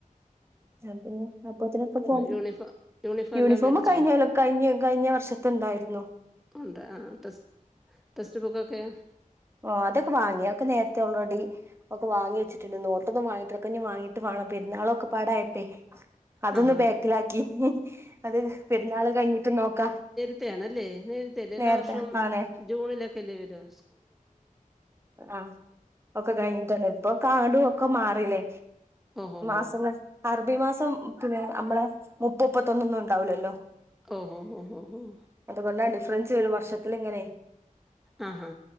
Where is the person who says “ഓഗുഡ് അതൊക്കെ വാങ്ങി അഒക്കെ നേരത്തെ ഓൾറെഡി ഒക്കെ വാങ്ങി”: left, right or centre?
Right